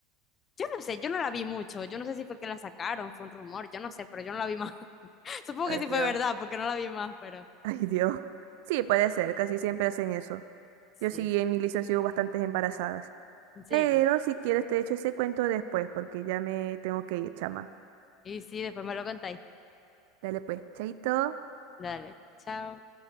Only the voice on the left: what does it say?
no sé, yo no la vi mucho, yo no sé si fue que la sacaron, fue un rumor, yo no sé, pero yo no la vi más. <laughs> Supongo
que sí
fue verdad,
porque no la vi más, pero
sí,
en serio.
Y sí, después me lo contáis.
Dale, chao.